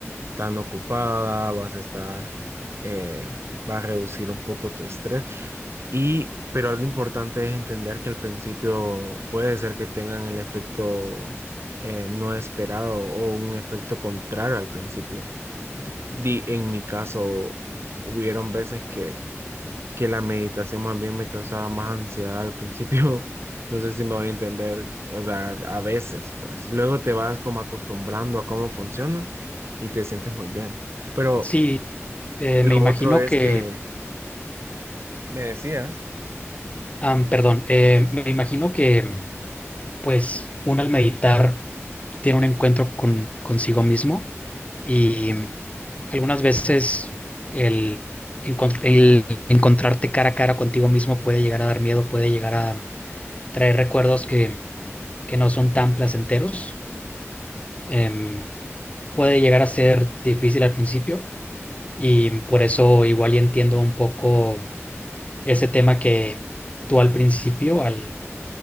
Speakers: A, on the right; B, on the left.
A: tan ocupada, vas a estar, eh, vas a reducir un poco tu estrés. Y, pero algo importante es entender que al principio puede ser que tengan el efecto eh, no esperado o un efecto contrario al principio. Di- en mi caso, hubieron veces que que la meditación más bien me causaba más ansiedad al principio. <laughs> No sé si me voy a entender, o sea, a veces, pues luego te vas como acostumbrando a cómo funciona y te sientes muy bien. Pero
B: Sí, eh,
A: lo
B: me imagino
A: otro es
B: que,
A: que me decías,
B: am, perdón, eh, me imagino que pues uno al meditar tiene un encuentro con consigo mismo y mm, algunas veces el, encon- el encontrarte cara a cara contigo mismo puede llegar a dar miedo, puede llegar a traer recuerdos que que no son tan placenteros. Em, puede llegar a ser difícil al principio y por eso igual y entiendo un poco ese tema que tú al principio, al,